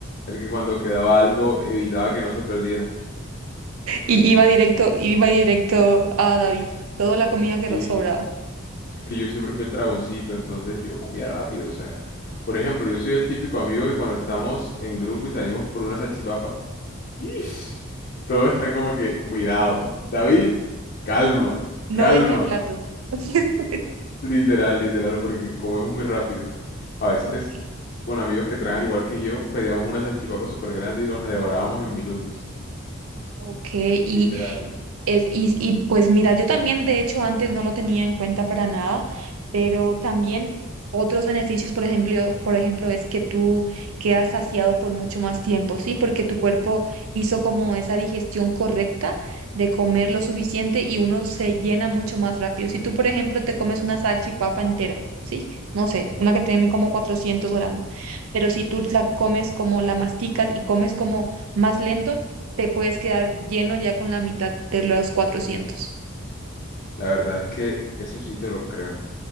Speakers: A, on the left; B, on the right.
A: el que cuando quedaba algo evitaba que no se perdiera.
B: Y iba directo, iba directo a David, toda la comida
A: Sí,
B: que ro- sobraba.
A: es que yo siempre fui el dragoncito, entonces yo comía rápido, o sea. Por ejemplo, yo soy el típico amigo que cuando estamos en grupo y salimos por una salchipapa, Ish. Todos están como que, cuidado, David, calma,
B: No
A: calma.
B: deje el plato. <laughs>
A: Literal, literal, porque comemos muy rápido. A veces,
B: Ok,
A: con amigos que tragan igual que yo, pedíamos una salchipapa súper grande y nos la devorábamos en minutos.
B: ok, y,
A: Literal.
B: es- y, y pues mira, yo también, de hecho, antes no lo tenía en cuenta para nada, pero también otros beneficios, por ejemplo, por ejemplo, es que tú quedas saciado por mucho más tiempo, ¿sí? Porque tu cuerpo hizo como esa digestión correcta de comer lo suficiente y uno se llena mucho más rápido. Si tú, por ejemplo, te comes una salchipapa entera, ¿sí? No sé, una que tiene como 400 gramos, pero si tú la comes como la masticas y comes como más lento, te puedes quedar lleno ya con la mitad de los 400. <laughs>
A: La verdad es que eso sí te lo creo,